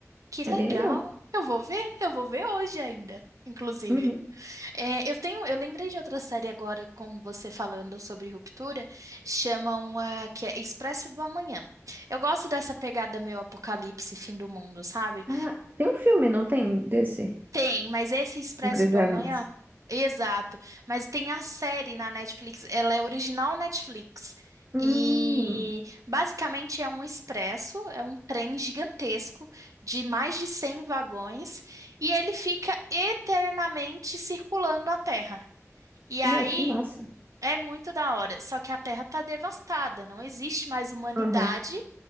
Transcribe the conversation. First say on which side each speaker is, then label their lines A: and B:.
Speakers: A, on the right; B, on the right.
A: Que legal.
B: É bem legal.
A: Eu vou ver, eu vou ver hoje ainda, inclusive.
B: Uhum.
A: É, eu tenho, eu lembrei de outra série agora com você falando sobre ruptura, chama uma que é Expresso do Amanhã. Eu gosto dessa pegada meio apocalipse, fim do mundo, sabe?
B: Ah, tem um filme, não tem? Desse?
A: Tem, mas esse Expresso
B: Com Chris
A: do Amanhã,
B: Evans.
A: exato. Mas tem a série na Netflix, ela é original Netflix.
B: Hum,
A: E basicamente é um expresso, é um trem gigantesco de mais de 100 vagões e ele fica eternamente circulando a Terra. E aí
B: meu, que massa.
A: é muito da hora, só que a Terra tá devastada, não existe mais humanidade
B: Uhum.